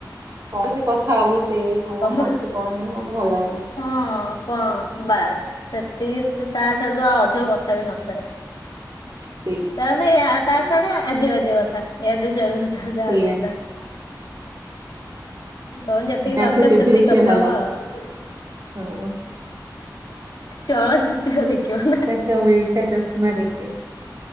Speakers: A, on the right (about 55°); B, on the left (about 80°).
A: କଣ ବି କଥା ହବ ସେଏ କଣ
B: ତମର
A: କରୁଚୁ କଣ ନାହି ମତେ ଭଲ ଲାଗେ ନା।
B: ହଁ କଣ ବାସ୍ ସେତିକି ତା ଠାରୁ ଆଉ ଅଧିକ କଥା ବି ନଥାଏ।
A: ସେଇ
B: ତା ତା ଛଡା ଆଜ୍ୟ ବାଜ୍ୟ କଥା ୟାଡୁ ସେଆଡୁ କଥା ଯାହା
A: ସେଇଆ
B: ନାଇଁ ତା। ତମେ ଯେତିକି
A: ତାଠାରୁ
B: ଦରକାର
A: ଟିଭି
B: ସେତିକି
A: ଦେଖିବା
B: କଥା
A: ଭଲ
B: ହୁଅ ଆଉ
A: ହଁ
B: ଚଳଚିତ୍ର ଦେଖିବ ନା।
A: କରବୁ ଏଇଟା ଚଶମା ଦେଖେ।